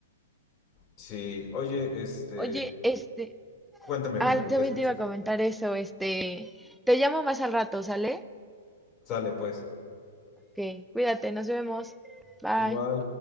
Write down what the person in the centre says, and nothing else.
Oye, este,
ah,
también
te iba a comentar eso, este, te llamo más al rato, ¿sale?
Que cuídate, nos vemos. Bye.